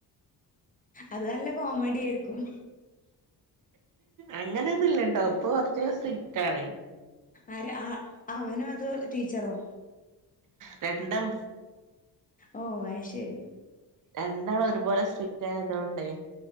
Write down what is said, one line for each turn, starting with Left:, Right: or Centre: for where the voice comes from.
Left: അത് നല്ല കോമഡ്യായിരിക്കും.
Right: അങ്ങനൊന്നുല്ലട്ടോ ഇപ്പോ കൊർച്ചൊരു സ്ട്രിക്റ്റാണ്.
Left: ആര് ആ അവനോ അതോ ടീച്ചറോ?
Right: രണ്ടും.
Left: ഓഹ് അയ് ശെരി.
Right: രണ്ടാളു ഒരുപോലെ സ്ട്രിക്റ്റായതൊണ്ടേ